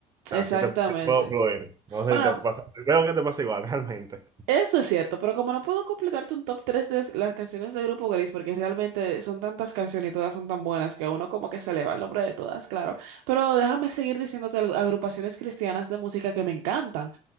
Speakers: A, on the right; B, on the right.
A: sea,
B: Exactamente.
A: sí te sí puedo fluir. No sé
B: Bueno,
A: si te pasa, creo que te pasa igual <laughs> realmente.
B: eso es cierto, pero como no puedo completarte un top 3 de las canciones del grupo Gris, porque realmente son tantas canciones y todas son tan buenas que uno como que se eleva el nombre de todas, claro. Pero déjame seguir diciéndote al- agrupaciones cristianas de música que me encantan.